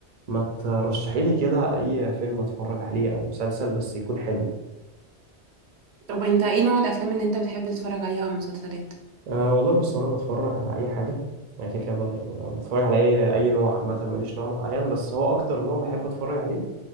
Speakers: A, on the right; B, on the right.
A: ما ترشحي لي كده اي فيلم اتفرج عليه او مسلسل بس يكون حلو
B: طب انت ايه نوع الافلام اللي انت بتحب تتفرج عليها او المسلسلات
A: أه والله بص انا بتفرج على اي حاجه يعني كده كده بقى- يعني بقى بتفرج على اي اي نوع عامه ماليش نوع معين بس هو اكتر نوع بحب اتفرج عليه